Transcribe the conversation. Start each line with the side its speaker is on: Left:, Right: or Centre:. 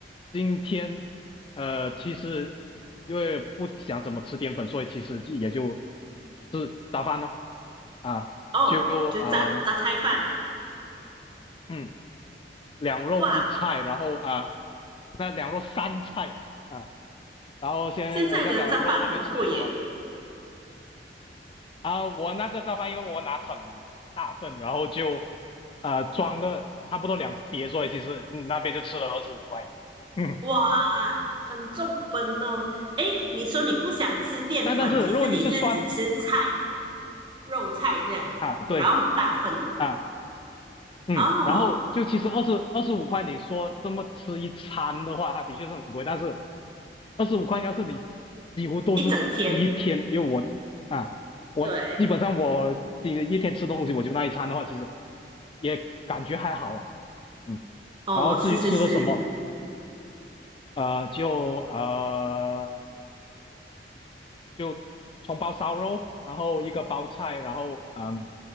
Left: 今天呃其实因为不想怎么吃淀粉，所以其实就也就是早饭咯，啊就啊
Right: 哦，就榨榨菜饭，
Left: 嗯。两肉一菜，
Right: 哇，
Left: 然后啊，那两肉三菜啊，然后先呃，
Right: 现在的榨饭很贵耶，
Left: 像讲了肉外面吃的什么啊，我那个炸饭因为我拿很大份，然后就啊装了差不多两碟，所以其实嗯那边就吃了二十五块，嗯，
Right: 哇，很重本哦。哎，你说你不想吃淀粉，
Left: 但但是如果你是酸
Right: 其实你是只吃菜、肉菜这样子，
Left: 啊，对
Right: 然后很大份的
Left: 啊，嗯，
Right: 哦，
Left: 然后就其实二十二十五块，你说这么吃一餐的话，它的确是很贵。但是二十五块，要是你几乎都是吃一天，
Right: 一整天。
Left: 因为我啊，我基本上我今一天吃东西我就那一餐的话，
Right: 对，
Left: 其实也感觉还好啦。嗯，
Right: 哦，
Left: 然后至于吃了什么，
Right: 是是是，
Left: 呃，就呃就葱包烧肉，然后一个包菜，然后嗯